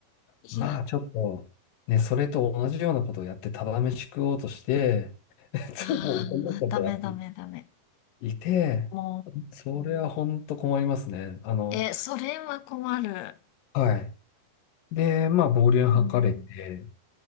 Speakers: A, on the left (about 90°); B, on the left (about 70°).
A: いや、
B: まあちょっと、ね、それと同じようなことをやってただ飯食おうとして、<laughs>
A: ああ、
B: もう怒り出しちゃったやつ
A: ダメダメダメ。
B: いて、
A: も
B: それは本当困りますね。あの、
A: う、え、それは困る。
B: はい。で、まあ、暴言吐かれて、
A: うん、
B: っ